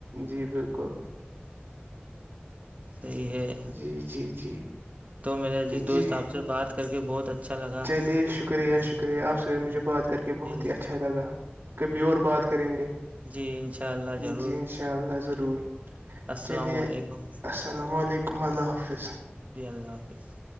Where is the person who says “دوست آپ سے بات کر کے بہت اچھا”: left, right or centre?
Right